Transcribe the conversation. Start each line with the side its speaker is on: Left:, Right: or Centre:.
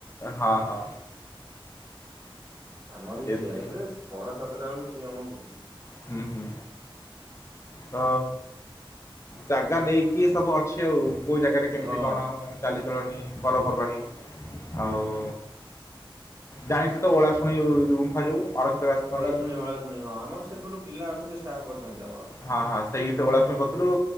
Left: ହଁ ହଁ।
Right: ଆମର
Left: ଏମିତି
Right: ସେଇଆ ଛଅଟା ସାତଟା ବେଳକୁ କିଏ ଣଭୋତି।
Left: ହୁଁ ହୁଁ ତ ଜାଗା ନେଇକି ସବୁ ଅଛି ଆଉ କୋଉ ଜାଗାରେ କେମିତି
Right: ହଁ
Left: କଣ? ଚାଲିଚଳଣି ପର୍ପର୍ବାଣିୀ ଆଉ ଜାଣିଥୁ ତ ଓଳା ଶୁଣି ଗୁମ୍ଫା ଯୋଉ। ଅରକ୍ଷିତ ଗାସ୍ତ
Right: ଓଳା
Left: ଇଏ
Right: ଶୁଣି ଓଳା ଶୁଣି ହଁ ଆମର ସେପ ଗଟେ ପିଲା ଅଛନ୍ତି ଷ୍ଟାଫ୍ ଅଛନ୍ତି ଆମର।
Left: ହଁ ହଁ ସେଇସେ ଓଳା ଶୁଣି